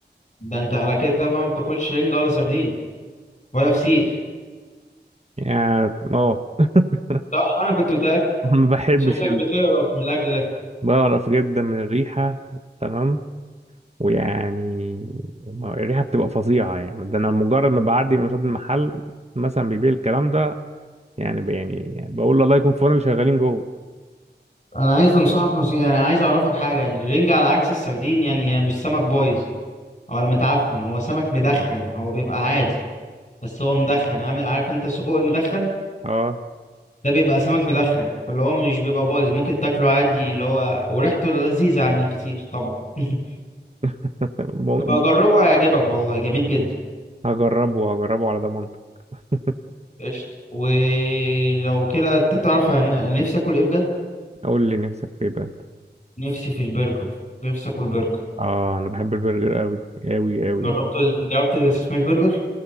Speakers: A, on the left; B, on the right.
A: ده انت على كده بقى ما بتاكلش رنجة ولا سردين ولا فسيخ
B: يعني اه <laughs>
A: صح انا كنت متأكد
B: ما بحبش
A: شكلك
B: ال-
A: بتقرف من الاكل ده
B: بقرف جدا من الريحة تمام ويعني ما- الريحة بتبقى فظيعة يعني ده أنا مجرد ما بعدي من قصاد المحل مثلا بيبيع الكلام ده يعني ب- يعني بقول الله يكون في عون اللي شغالين جوه
A: انا عايز انصحك نصيحة يعني عايز اعرفك حاجة يعني الرنجة على عكس السردين يعني هي مش سمك بايظ ولا متعفن هو سمك مدخن هو بيبقى عادي بس هو مدخن عامل عارف انت السجق المدخن
B: اه
A: ده بيبقى سمك مدخن فاللي هو مش بيبقى بايظ ممكن تاكله عادي اللي هو وريحته لذيذة عن الفسيخ طبعا <laughs>
B: <laughs> م-
A: يبقى جربه هيعجبك والله جميل جدا
B: هجربه هجربه على ضمانتك <laughs>
A: قشطة ولو كده انت تعرف هن- انا نفسي اكل ايه بجد
B: قول لي نفسك في ايه بقى
A: نفسي في البرجر نفسي اكل برجر
B: اه انا بحب البرجر قوي قوي قوي
A: جربت جربت السماش برجر